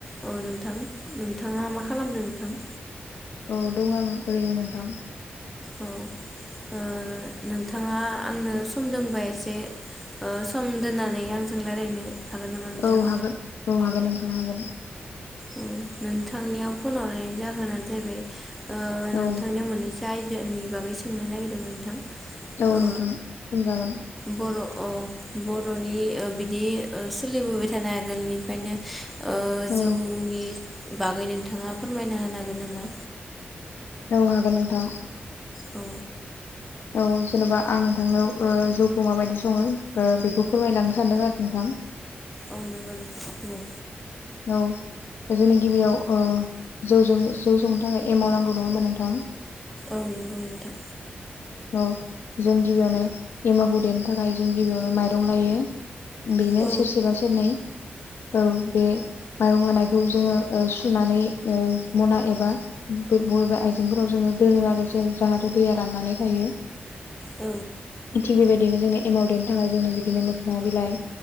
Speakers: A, in the centre; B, on the left.
A: अ नोंथां नोंथाङा मा खालामदों नोंथां?
B: औ दं आं ओरैनो नोंथां।
A: औ ओ नोंथाङा आंनो सम दंबा एसे ओ सम दोननानै आंजों रायलायनो हागोन नामा नोंथां?
B: औ हागोन औ हागोन नोंथां हागोन।
A: औ नोंथांनियाव फन हरनायनि जाहोनानो जाहैबाय ओ
B: औ
A: नोंथांनियाव मोनैसो आ भनि बागै सोंनो नागिरदोंमोन नोंथां
B: औ
A: ओ
B: नोंथां बुंजागोन।
A: बर' औ बरनि ओ बिदि ओ सोलिबोबाय थानाय आगोलनिफ्रायनो ओ
B: औ
A: जौनि बागै नोंथाङा फोरमायना होनो हागोन नामा?
B: औ हागोन नोंथां
A: औ
B: औ जेनबा आं नोंथांनाव ओ जौखौ माबायदि सङो ओ बेखौ फोरमायलांनो सानदों आरो नोंथां।
A: औ नंगौ नोंथां बुं
B: औ जोंनि गिबियाव ओ जौजों जौ संनो थाखाय एमाव नांगौ नङा होमबा नोंथां?
A: औ नंगौ नोंथां
B: औ जों गिबियावनो एमावखौ देनो थाखाय जों गिबियावनो माइरं लायो बिदिनो
A: औ
B: सेरसेबा सेरनै औ बे। माइरं लानायखौ जोङो ओ सुनानै ओ मना एबा बबेबा आइजेंफोराव जोङो दोनो आरो जेन जाहाथे दैया राननानै थायो।
A: औ
B: थि बेबाय दिनो जोंनो एमाव देनो थाखाय जोंनो बिदिनो मोखना बिलाइ,